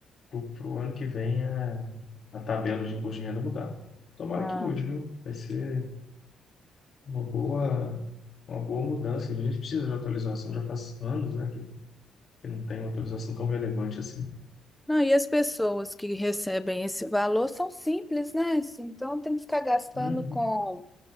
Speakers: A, on the left; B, in the centre.
A: para o ano que vem a, a tabela de imposto de renda mudar. Tomara
B: Ah.
A: que mude, viu? Vai ser uma boa, uma boa mudança. A gente precisa de atualização, já faz anos, né, que, que não tem uma atualização tão relevante assim.
B: Não, e as pessoas que recebem esse valor são simples, né? Assim, Então tem que ficar gastando
A: Uhum,
B: com